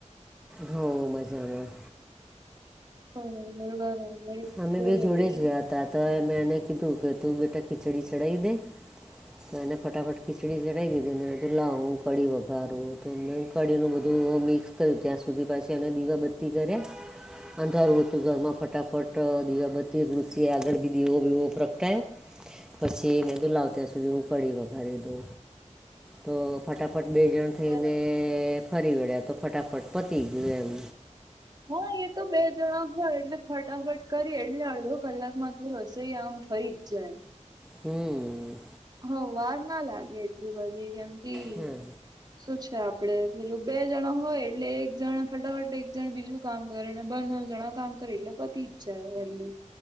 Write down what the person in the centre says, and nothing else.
હોવ મજામાં
અમે
બે જોડે
જ ગયા હતા તો મેં એને કીધું કે તું બેટા ખીચડી ચડાવી દે. તો એને ફટાફટ ખીચડી ચઢાવી દીધી ને બધું લાહું કઢી વઘારું તો મેને. સવાળીનું બધું મિક્સ કર્યું ત્યાં સુધી પાછી અને દીવા બધી. કરે અંધારું હતું ઘરમાં ફટાફટ. દીવાબત્તી કૃષિએ આગળ બી દીવો વીવો પ્રગટાયો. પછી મે દુ લવ ત્યાં સુધી ઉ કડી વઘારી દો તો ફટાફટ. ફફટ બે જણ થઈને
ફરી વળ્યા તો ફટાફટ પતી ગયયો એમ.
હમ.
હા